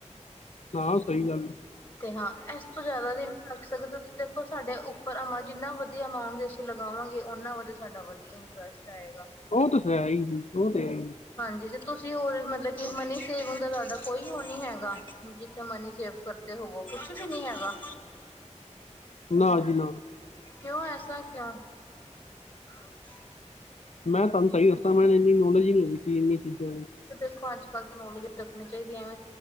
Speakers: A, on the left; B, on the left.
A: ਸੁਣਾ ਸਹੀ ਗੱਲ ਹੈ।
B: ਤੇ ਹਾਂ ਇਸ ਤੋਂ ਜ਼ਿਆਦਾ ਨ ਵੀ ਰੱਖ ਸਕਦੇ ਹੋ ਦੇਖੋ ਸਾਡੇ ਉੱਪਰ ਅਮਾਂ ਜਿੰਨਾ ਵਧੀਆ ਅਮਾਊਂਟ ਦੇ ਇਥੇ ਲਗਾਵਾਂਗੇ ਉਹਨਾਂ ਵਧ ਸਾਡਾ ਵਧੀਆ ਇੰਟਰਸਟ ਆਏਗਾ।
A: ਉਹ ਤੇ ਹੈ ਹੀ ਸੀ ਉਹ ਤੇ ਹੈ।
B: ਹਾਂਜੀ ਤੇ ਤੁਸੀਂ ਹੋਰ ਮਤਲਬ ਕਿ ਮਨੀ ਸੇਵਿੰਗ ਦਾ ਤੁਡਾਹਾ ਕੋਈ ਉਹ ਨੀ ਹੈਗਾ। ਜਿੱਥੇ ਮਨੀ ਸੇਵ ਕਰਦੇ ਹੋਵੋ ਕੁਛ ਨੀ ਹੈਗਾ।
A: ਨਾ ਜੀ ਨਾ।
B: ਕਿਉਂ ਐਸਾ ਕਿਆ? ਹਾਂ <unintelligible> ਜੀ
A: ਮੈਂ ਤੁਹਾਨ ਸਹੀ ਦੱਸਾਂ, ਮੈਨੂ ਇੰਨੀ ਨੋਲੇਜ ਹੀ ਨੀ ਹੈਗੀ ਸੀ ਇਹਨੀ ਚੀਜ਼ਾਂ ਲ ਈ।
B: ਤੇ ਦੇਖੋ ਅੱਜ- ਕੱਲ੍ਹ ਤਾਂ ਨੌਲੇਜ ਰੱਖਣੀ ਚਾਹੀਦੀ ਏ। ਐਵੇਂ